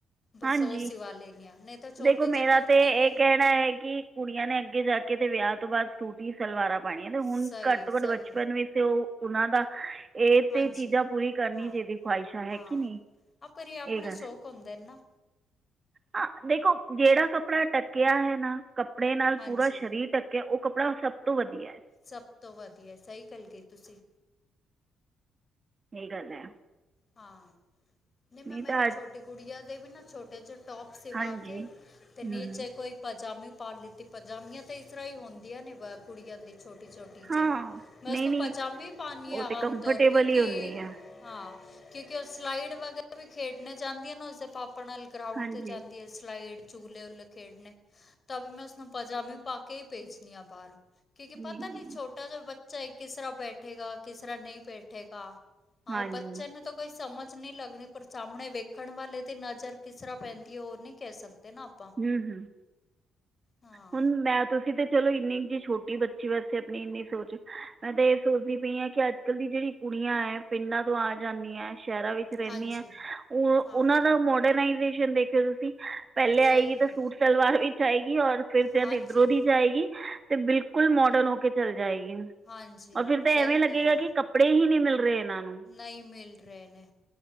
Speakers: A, on the left (about 35°); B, on the right (about 30°).
A: ਬਸ
B: ਹਾਂਜੀ
A: ਉਹ ਸਵਾ ਲੈਗੇਆ ਨਹੀਂ ਤਾਂ ਛੋਟੀ
B: ਦੇਖੋ ਮੇਰਾ
A: ਜ ਕੁਰਤੀ
B: ਤਾਂ ਇਹ
A: ਵੀ
B: ਕਹਿਣਾ ਹੈ ਕਿ ਕੁੜੀਆਂ ਨੇ ਅੱਗੇ ਜਾ ਕੇ ਤੇ ਵਿਆਹ ਤੋਂ ਬਾਅਦ ਸੂਟੀ ਸਲਵਾਰਾਂ ਪਣੀਆਂ ਤੇ ਹੁਨ
A: ਸਹੀ
B: ਘੱਟ
A: ਹੈ
B: ਤੋਂ
A: ਸਹੀ
B: ਘੱਟ ਬਚਪਨ
A: ਹੈ
B: ਵੀ ਉਹ ਉਹਨਾਂ ਦਾ ਇਹ
A: ਹਾਂਜੀ
B: ਤੇ ਚੀਜ਼ਾਂ ਪੂਰੀ ਕਰਨੀ
A: ਹਾਂ
B: ਚਾ ਇਹਦੀ ਖਵਾਹਿਸ਼ਾਂ ਹੈਗੀ
A: ਹਾਂ
B: ਨੀ
A: ਹਾਂ ਪਰ
B: ਇਹ ਗੱਲ।
A: <unintelligible> ਨਾ
B: ਹਾਂ, ਦੇਖੋ ਜਿਹੜਾ ਕੱਪੜਾ ਟਕਿਆ ਹੈ ਨਾ ਕੱਪੜੇ ਨਾਲ
A: ਹਾਂਜੀ
B: ਪੂਰਾ ਸਰੀਰ ਟੱਕ ਕਿ ਉਹ ਕੱਪੜਾ ਸਭ ਤੋਂ ਵਧੀਆ ਐ
A: ਸਭ ਤੋਂ ਵਧੀਐ ਸਹੀ ਗੱਲ ਕਹੀ ਤੁਸੀਂ।
B: ਇਹੀ ਗੱਲ ਐ।
A: ਹਾਂ ਨੀ ਮੈਂ ਮੇਰੇ
B: ਤਾਂ ਅੱਜ
A: ਛੋਟੀ ਕੁੜੀਆਂ ਦੇ ਵੀ ਨਾ ਛੋਟੇ ਚ ਟੋਪ ਸਿਵਾ
B: ਹਾਂਜੀ
A: ਕੇ
B: ਹੂੰ
A: ਤੇ ਨੀਚੇ
B: ਹੂੰ
A: ਕੋਈ ਪਜਾਮੀ ਪਾ ਲਿੱਤੀ ਪਜਾਮੀਆਂ ਤੇ ਇਸ ਤਰ੍ਹਾਂ ਹੀ ਹੁੰਦੀਆਂ ਨੇ ਵ ਕੁੜੀਆਂ ਦੀ ਛੋਟੀ ਛੋਟੀ।
B: ਹਾਂ
A: ਮੈਂ
B: ਨਹੀਂ
A: ਉਸਨੂੰ
B: ਨਹੀਂ
A: ਪਜਾਮੇ ਪਾਨੀ
B: ਉਹ
A: ਹਾਂ
B: ਤਾਂ
A: ਆਮ
B: ਕੰਫਰਟੇਬਲ
A: ਤੌਰ ਕਿਉਂਕਿ
B: ਹੀ ਹੁੰਦੀ ਆ
A: ਹਾਂ, ਕਿੳਕਿ ਉਹ ਸਲਾਈਡ ਵਗੈਰਾ ਵੀ ਖੇਡਨੇ ਜਾਂਦੀ ਐ ਨਾ ਉਸਦੇ ਪਾਪਾ ਨਾਲ ਗਰਾਉਂਡ
B: ਹਾਂਜੀ
A: ਤੇ ਜਾਂਦੀ ਸਲਾਈਡ ਚੁਲੇ ਉੱਲੇ ਖੇਡਨੇ ਤਾਂ ਵੀ ਮੈਂ ਉਸਨੂੰ ਪਜਾਮੀ ਪਾ ਕੇ ਹੀ ਭੇਜਨੀ ਆ ਬਾਹਰ। ਕਿਉਂਕਿ
B: ਨਹੀਂ
A: ਪਤਾ
B: ਨਹੀਂ
A: ਨੀ ਛੋਟਾ ਜਿਹਾ ਬੱਚਾ ਐ ਕਿਸ ਤਰ੍ਹਾਂ ਬੈਠੇਗਾ ਕਿਸ ਤਰ੍ਹਾਂ ਨਹੀਂ ਬੈਠੇਗਾ। ਹਾਂ
B: ਹਾਂਜੀ
A: ਉਹ ਬੱਚੇ ਨੂੰ ਤ ਕੋਈ ਸਮਝ ਨਹੀਂ ਲੱਗਣੀ ਪਰ ਸਾਹਮਣੇ ਵੇ ਰਖਣ ਵਾਲੇ ਦੀ ਨਜ਼ਰ ਕਿਸ ਤਰ੍ਹਾਂ ਪੈਂਦੀ ਹੈ ਉਹ ਨਹੀਂ ਕਹਿ ਸਕਦੇ ਨਾ ਆਪਾਂ
B: ਹੂੰ, ਹੂੰ
A: ਹਾਂ
B: ਹੁਣ ਮੈਂ ਤੁਸੀਂ ਤੇ ਚਲੋ ਇੰਨੀ ਜਿ ਛੋਟੀ ਬੱਚੀ ਵਾਸਤੇ ਆਪਣੀ ਇੰਨੀ ਸੋਚ, ਮੈਂ ਤਾਂ ਇਹ ਸੋਚਦੀ ਪਈ ਹਾਂ ਕਿ ਅੱਜ-ਕੱਲ ਦੀ ਜਿਹੜੀ ਕੁੜੀਆਂ ਅ ਪਿੰਡਾਂ ਤੋਂ ਆ ਜਾਦੀਆਂ ਸ਼ਹਿਰਾਂ ਵਿੱਚ ਰਹਿਨੀ
A: ਹਾਂਜੀ
B: ਆ ਉਹ
A: ਹਾਂ
B: ਉਹਨਾਂ ਦਾ ਮੋਡਰਨਾਈਜੇਸ਼ਨ ਦੇਖਿਓ ਤੁਸੀਂ ਪਹਿਲੇ
A: ਸਹੀ
B: ਆਈ ਸੂਟ
A: ਕਹਿ
B: -ਸਲਵਾਰ ਵੀ ਚ ਆਏਗੀ ਔਰ ਫਿਰ ਜਦ
A: ਹਾਂਜੀ
B: ਇੱਧਰੋਂ ਦੀ ਜਾਏਗੀ ਤੇ ਬਿਲਕੁਲ ਮੋਡਨ ਹੋ ਕੇ ਚੱਲ ਜਾਏਗੀ
A: ਹਾਂਜੀ
B: ਔਰ ਫਿਰ ਤਾਂ
A: ਸਹੀ
B: ਐਵੇਂ ਲੱਗੇਗਾ
A: ਕਹਿ ਰਹੇ ਹੋ
B: ਕਿ ਕ ਪੜੇ ਹੀ ਨੀ ਮਿਲ ਰਹੇ ਇਹਨਾਂ ਨੂੰ।
A: ਨਹੀਂ ਮਿਲ ਰਹੇ ਨੇ